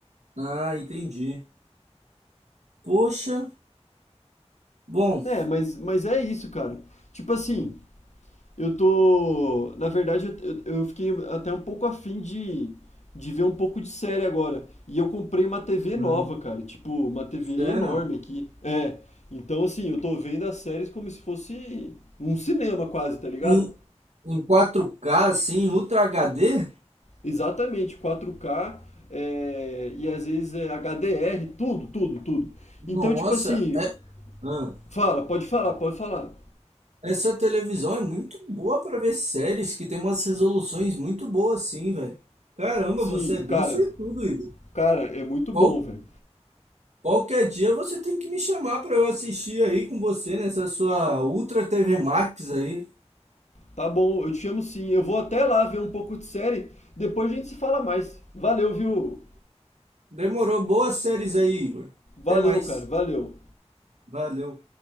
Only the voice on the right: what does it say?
ah, entendi. Poxa, bom,
ah,
sério?
Em, em 4K, assim, Ultra HD?
Nossa,
é, ah,
essa televisão é muito boa pra ver séries que tem umas resoluções muito boas, assim, velho. Caramba,
você é bem
sortudo, Igor.
Qual,
Qualquer dia você tem que me chamar pra eu assistir aí com você nessa sua Ultra TV Max aí.
Demorou. Boas séries aí, Igor. Até
mais.
Valeu.